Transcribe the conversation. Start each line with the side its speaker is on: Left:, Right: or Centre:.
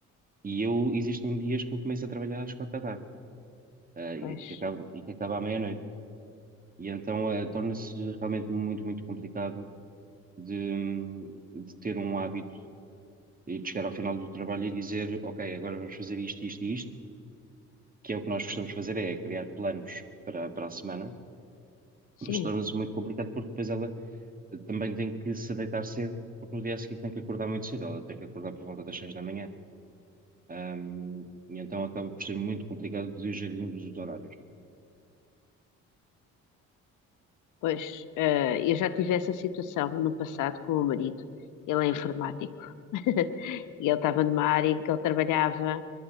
Right: E eu, existem dias que eu começo a trabalhar às quatro da tarde, eh,
Left: Pois,
Right: e que acaba, e que acaba à meia-noite. E então eh, torna-se realmente muito, muito complicado. De, hum, de ter um hábito e de chegar ao final do trabalho e dizer, ok, agora vamos fazer isto, isto e isto, que é o que nós costumamos fazer, é criar planos para, para a semana,
Left: sim,
Right: mas torna-se muito complicado porque depois ela também tem que se deitar cedo, porque no dia seguinte tem que acordar muito cedo, ela tem que acordar por volta das seis da manhã. Ahm, e então acaba por ser muito complicado de gerirmos os horários.
Left: pois, eh, eu já tive essa situação no passado com o meu marido. Ele é informático. <laughs> E ele estava
Right: Certo,
Left: numa área em que ele trabalhava.